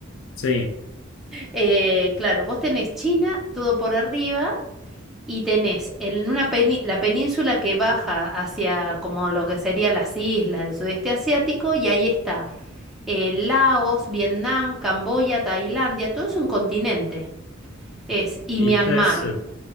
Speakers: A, on the left; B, in the centre.
A: Sí,
B: Eh, claro, vos tenés China todo por arriba y tenés en una peni- la península que baja hacia como lo que serían las islas del sudeste asiático y ahí está eh, Laos, Vietnam, Camboya, Tailandia, todo es un continente. Es y
A: y
B: Myanmar.
A: ya es... eh,